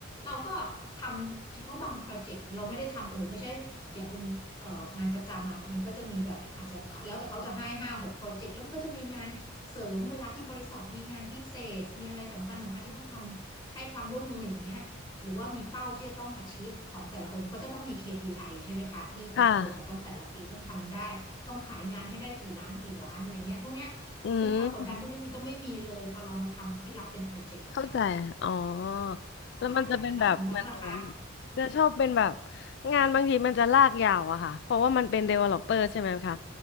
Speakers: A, on the left; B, on the left.
A: เราก็ทำเฉพาะบางโปรเจกต์เราไม่ได้ทำโอ้โหไม่ใช่อย่างเป็นเอ่องานประจำอ่ะมันก็จะมีแบบอาจจะแล้วแต่เขาจะให้ห้าหกโปรเจกต์แล้วมันก็จะมีงานเสริมเวลาที่บริษัทมีงานพิเศษมีอะไรสำคัญสำคัญที่ต้องทำให้ความร่วมมืออย่างเงี้ย หรือว่ามีเป้าที่จะต้อง achieve ของแต่ละคนก็จะต้องมี KPI ใช่ไหมคะที่แต่ละคนนะต้องแต่ละปีต้องทำได้ต้องขายงานให้ได้กี่ล้านกี่ล้านอะไรเงี้ยพวกเนี้ย
B: ค่ะอืม
A: คือความกดดันพวกนี้มันก็ไม่มีเลยพอเรามาทำที่รับเป็นโปรเจกต์อะค่ะ
B: เข้าใจอ๋อ
A: ใช่
B: แล้วมันจะเป็นแบบมันหนู
A: แล้วของน้องล่ะคะ
B: จะชอบเป็นแบบงานบางทีมันจะลากยาวอะค่ะ เพราะว่ามันเป็น developer
A: อืม
B: ใช่ไหมคะ